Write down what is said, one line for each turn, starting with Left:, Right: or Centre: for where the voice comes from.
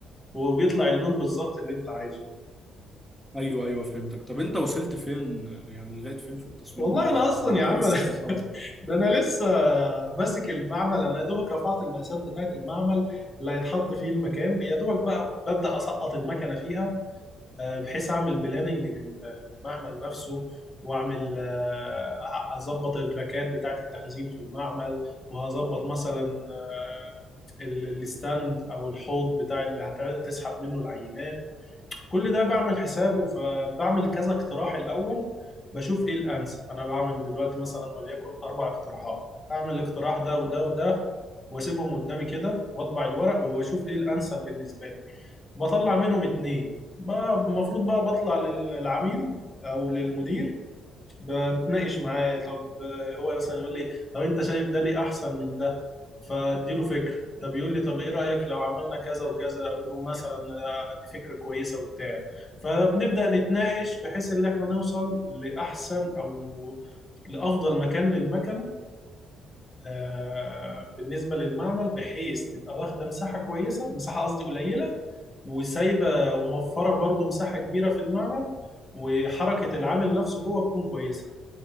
Left: وبيطلع اللون بالظبط اللي انت عايزه
Centre: ايوه ايوه فهمتك طب انت وصلت فين يعني لغايه فين في التصميم
Left: والله
Centre: بتاعها
Left: انا اصلا
Centre: ولا انت
Left: يا عم
Centre: لسه
Left: <laughs>
Centre: في الاول
Left: ده انا لسه ماسك المعمل انا يا دوبك رفعت المقاسات بتاعت المعمل اللي هيتحط فيه المكان يا دوبك بقى ببدأ اسقط المكنه فيها آه، بحيث اعمل بلاننج للمعمل نفسه واعمل آه، اظبط الركات بتاعه التخزين في المعمل وهظبط مثلا آه، ال- الستاند او الحوض بتاع اللي هتسحب منه العينات كل ده بعمل حسابه فبعمل كذا اقتراح الاول بشوف ايه الانسب انا بعمل دلوقتي مثلا وليكن اربع اقتراحات اعمل الاقتراح ده وده وده واسيبهم قدامي كده واطبع الورق وبشوف ايه الانسب بالنسبه لي بطلع منهم اتنين بقى المفروض بقى بطلع للعميل او للمدير بنتناقش معاه طب آه، هو مثلا يقول لي طب انت شايف ده ليه احسن من ده فاديله فكره طب يقول لي طب ايه رايك لو عملنا كذا وكذا اقول له مثلا آه، دي فكره كويسه وبتاع فبنبدا نتناقش بحيث ان احنا نوصل لاحسن او لافضل مكان للمكنه آه، بالنسبه للمعمل بحيث تبقى واخده مساحه كويسه مساحه قصدي قليله وسايبه وموفره برضو مساحه كبيره في المعمل وحركه العامل نفسه جوه تكون كويسه